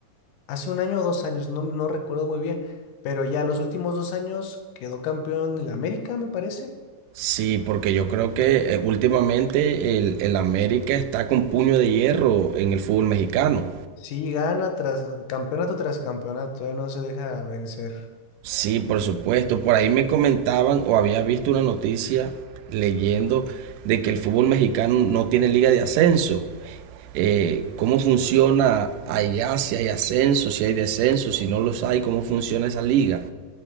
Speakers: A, on the left; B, on the right.
A: hace un año o dos años, no, no recuerdo muy bien, pero ya los últimos dos años quedó campeón el América, me parece.
B: Sí, porque yo creo que eh, últimamente el, el América está con puño de hierro en el fútbol mexicano.
A: Sí, gana tras campeonato tras campeonato, eh, no se deja vencer.
B: Sí, por supuesto. Por ahí me comentaban o había visto una noticia leyendo de que el fútbol mexicano no tiene liga de ascenso, eh, cómo funciona allá, si hay ascenso, si hay descenso, si no los hay, cómo funciona esa liga.